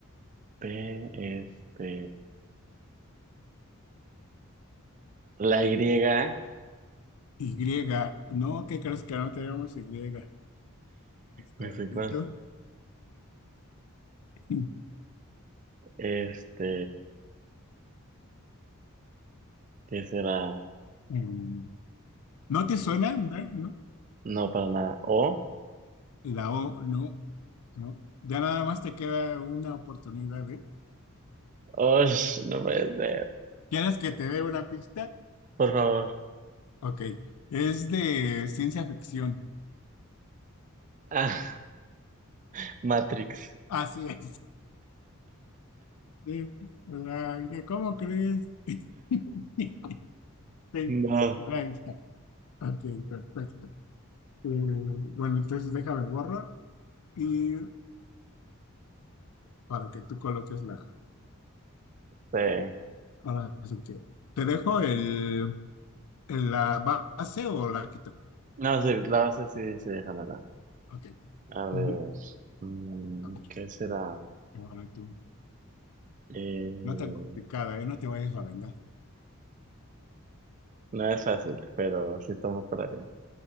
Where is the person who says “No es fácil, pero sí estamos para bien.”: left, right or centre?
Right